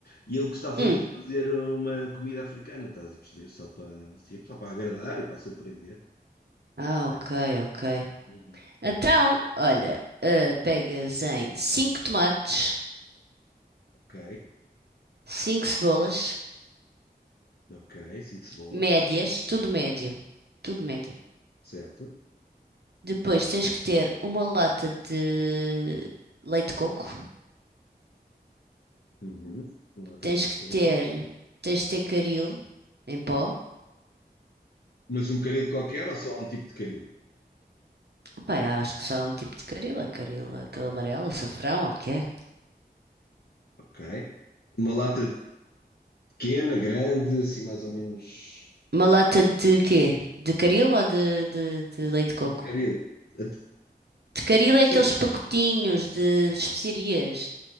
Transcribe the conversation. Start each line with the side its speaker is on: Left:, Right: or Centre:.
Left: E ele gostava
Right: Hum.
Left: de fazer uma comida africana, estás a perceber? Só para, assim, só para agradar e para surpreender.
Right: Ah, ok,
Left: Era para-
Right: ok.
Left: Uhum,
Right: Então,
Left: uhum.
Right: olha, eh, pegas em 5 tomates,
Left: Ok,
Right: cinco cebolas,
Left: ok, cinco cebolas,
Right: médias, tudo médio, tudo médio.
Left: certo.
Right: Depois tens que ter uma lata de leite de coco,
Left: Uhum. Uma lata
Right: tens
Left: de leite
Right: que
Left: de coco.
Right: ter, tens de ter caril em pó.
Left: Mas um caril qualquer ou só há um tipo de caril?
Right: Epá, eu acho que só há um tipo de caril, é caril, aquele amarelo, açafrão, ou o que é?
Left: Ok. Uma lata Pequena, grande, assim mais ou menos.
Right: Uma lata de quê? De caril ou de, de, de leite de coco?
Left: A de caril. A de-
Right: Tecaril é
Left: Sim.
Right: aqueles pacotinhos de especiarias.